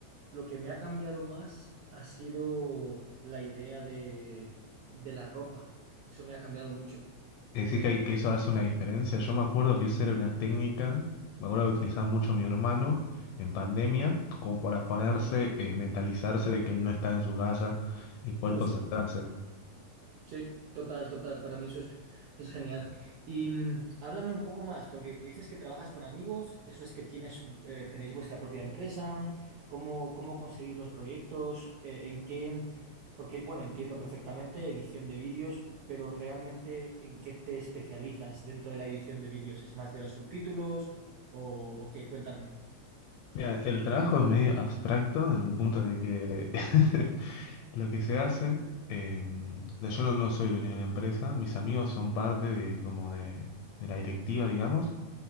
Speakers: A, on the right (about 80°); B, on the left (about 80°).
A: lo que me ha cambiado más ha sido la idea de, de la ropa. Eso me ha cambiado mucho.
B: Es
A: Sí.
B: decir, que, hay- que eso hace una diferencia. Yo me acuerdo que esa era una técnica, me acuerdo que utilizaba mucho mi hermano en pandemia, como para ponerse,
A: Mm,
B: eh, mentalizarse de que no está en su casa y poder
A: Justo.
B: concentrarse.
A: Sí, total, total. Para mí eso es, es genial. Y mm, háblame un poco más, porque dices que trabajas con amigos, eso es que tienes, eh, tenéis vuestra propia empresa, cómo, cómo conseguís los proyectos, Eh, en qué, porque bueno, entiendo perfectamente edición de vídeos, pero realmente en qué te especializas dentro de la edición de vídeos, ¿es más de los subtítulos o, o qué? Cuéntame.
B: Mira, el trabajo es medio abstracto en un punto de que <laughs> lo que se hace, eh, o sea, yo no, no soy dueño de la empresa, mis amigos son parte de, como de, de la directiva, digamos,